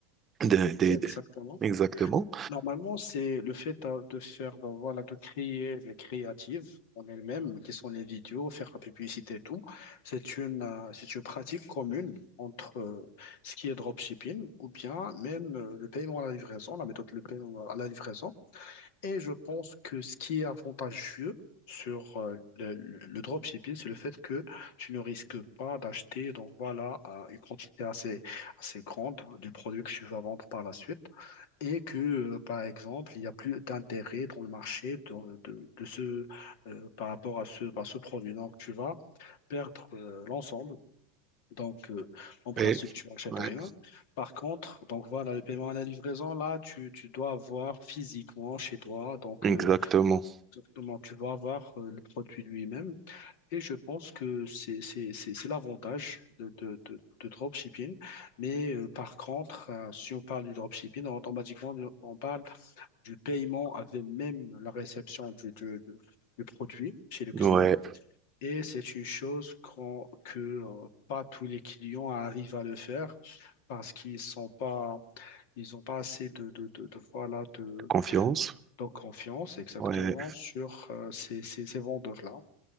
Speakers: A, on the right; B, on the left.
A: Des- des-
B: Exactement.
A: des- Exactement.
B: Normalement, c'est le fait d'a- de, faire, de, voilà, de créer les créatives en elles-mêmes, qui sont les vidéos, faire la publicité et tout. C'est une, euh, c'est une pratique commune entre euh, ce qui est dropshipping ou bien même euh, le paiement à la livraison, la méthode de paiement à la livraison. Et je pense que ce qui est avantageux sur euh, le, le dropshipping, c'est le fait que tu ne risques pas d'acheter, donc voilà, euh, une quantité assez, assez grande du produit que tu vas vendre par la suite et que, euh, par exemple, il n'y a plus d'intérêt dans le marché de, de- de ce, euh, par rapport à ce, à ce produit. Donc, tu vas perdre euh, l'ensemble. Donc, euh, en principe,
A: Et-
B: tu n'achètes
A: ouais.
B: rien. Par contre, donc voilà, le paiement à la livraison, là, tu, tu dois avoir physiquement chez toi. Donc,
A: Exactement.
B: euh, exactement, tu dois avoir euh, le produit lui-même. Et je pense que c'est c'est- c'est- c'est l'avantage de, de, de, de dropshipping. Mais euh, par contre, euh, si on parle du dropshipping, automatiquement, de- on parle du paiement avec même la réception du, du, du- du produit chez le client.
A: Ouais.
B: Et c'est une chose qu'on- que euh, pas tous les clients arrivent à le faire parce qu'ils sont pas, ils n'ont pas assez de, de, de, de- voilà, de,
A: Confiance.
B: de confiance exactement
A: Ouais.
B: sur euh, ces, ces, ces vendeurs-là.